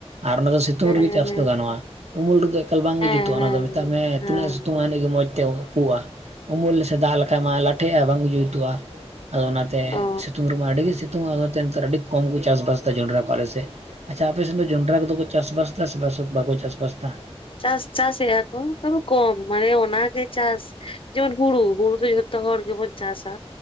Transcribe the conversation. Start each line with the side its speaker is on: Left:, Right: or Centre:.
Right: ᱟᱨ ᱚᱱᱟ ᱫᱚ ᱥᱤᱛᱩᱝ
Left: ᱦᱮᱸ
Right: ᱨᱮᱜᱮ ᱪᱟᱥ
Left: ᱦᱮᱸ
Right: ᱫᱚ ᱜᱟᱱᱚᱜ-ᱟ᱾ ᱩᱢᱩᱞ ᱫᱚᱠᱚ ᱮᱠᱟᱞ ᱵᱟᱝ
Left: ᱦᱮᱸ
Right: ᱜᱮ ᱡᱩᱛᱩᱜ-ᱟ
Left: ᱦᱮᱸ
Right: ᱚᱱᱟ ᱫᱚ ᱢᱮᱛᱟᱜ ᱢᱮ
Left: ᱦᱮᱸ
Right: ᱛᱤᱱᱟᱹᱜ-ᱮ ᱥᱤᱛᱩᱝᱟ ᱤᱱᱟᱹᱜ ᱜᱮ ᱢᱚᱡᱽ ᱛᱮ ᱩ ᱯᱩᱜ-ᱟ᱾ ᱩᱢᱩᱞ ᱥᱮ ᱫᱟᱜ ᱞᱮᱠᱷᱟᱡ ᱢᱟ ᱞᱟᱴᱷᱮᱜ-ᱟ ᱵᱟᱝ ᱡᱩᱛᱩᱜ-ᱟ᱾ ᱟᱫᱚ ᱚᱱᱟ ᱛᱮ
Left: ᱚ
Right: ᱥᱤᱛᱩᱝ ᱨᱮᱢᱟ ᱟᱹᱰᱤ ᱜᱮ ᱥᱤᱛᱩᱝᱟ ᱚᱱᱟ ᱛᱮ ᱱᱮᱛᱟᱨ ᱟᱹᱰᱤ ᱠᱚᱢ ᱠᱚ ᱪᱟᱥᱵᱟᱥ ᱫᱟ ᱡᱚᱱᱰᱨᱟ ᱠᱚ ᱟᱞᱮ ᱥᱮᱫ᱾ ᱟᱪᱪᱷᱟ ᱟᱯᱮ ᱥᱮᱱ ᱫᱚ ᱡᱚᱱᱰᱨᱟ ᱠᱚᱫᱚ ᱠᱚ ᱪᱟᱥᱵᱟᱥ ᱫᱟ ᱥᱮ ᱵᱟᱥᱚ ᱵᱟᱠᱚ ᱪᱟᱥᱵᱟᱥ ᱮᱫᱟ?
Left: ᱪᱟᱥ ᱪᱟᱥ ᱮᱫ-ᱟ ᱠᱚ ᱛᱚᱵᱮ ᱠᱚᱢ ᱢᱟᱱᱮ ᱚᱱᱟ ᱜᱮ ᱪᱟᱥ ᱡᱮᱢᱚᱱ ᱦᱩᱲᱩ ᱦᱩᱲᱩ <inaudible> ᱡᱷᱚᱛᱚ ᱦᱚᱲ ᱜᱮᱵᱚᱱ ᱪᱟᱥᱟ